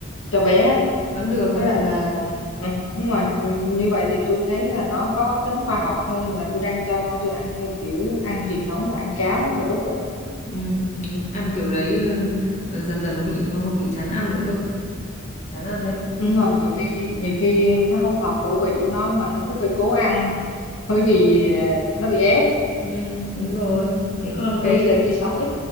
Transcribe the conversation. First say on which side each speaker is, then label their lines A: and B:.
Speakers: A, on the left (about 70°); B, on the left (about 35°).
A: cho bé
B: vẫn được vẫn
A: với lại
B: được
A: là ừ, đúng rồi Ừ, như vậy thì tôi thấy là nó có tính khoa học hơn là tôi đang cho con tôi ăn theo kiểu ăn truyền thống là ăn cháo và đút á
B: ừ, ừ, ăn kiểu đấy ừ, dần dần nó bị nó còn bị chán ăn nữa cơ chán ăn đấy
A: nhưng mà nhiều khi nhiều khi nó không hợp khẩu vị của nó mà nó cứ phải cố ăn bởi vì à, nó bị ép
B: ừ, đúng rồi
A: ừ,
B: thế còn cái
A: tôi sẽ chỉ sợ nhất